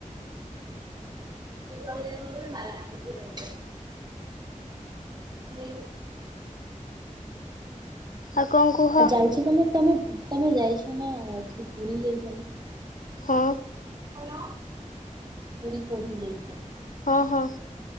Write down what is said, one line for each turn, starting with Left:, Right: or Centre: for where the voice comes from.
Right: <unintelligible> ପ୍ରଜ ମର ପଜ <unintelligible> <unintelligible>
Left: ଆଉ କଣ କୁହ
Right: ଆଉ ଯାଇଛ ତମେ ତମେ <unintelligible> ତମେ ଯାଇଛ ନା ଏଠି ପୁରୀ ଯାଇଛ ନା
Left: ହଁ।
Right: ହାଲୋ ପୁରୀ କୋଉଁଠିକି ଯାଇଥିଲ?
Left: ହଁ ହଁ।